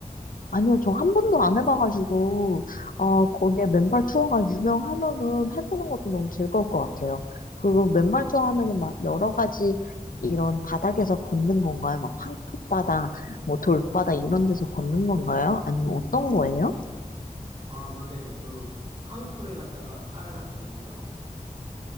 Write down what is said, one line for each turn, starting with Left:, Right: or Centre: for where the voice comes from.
Left: 아니요, 저 한 번도 안 해봐가지고, 어, 거기에 맨발 투어가 유명하면은 해보는 것도 너무 즐거울 것 같아요. 그 맨발 투어 하면은 막 여러 가지 이런 바닥에서 걷는 건가요? 막 황토바닥, 뭐 돌바닥 이런 데서 걷는 건가요? 아니면 어떤 거예요?
Right: 아 맞아요. 그 황토를 갖다가 깔아놨거든요.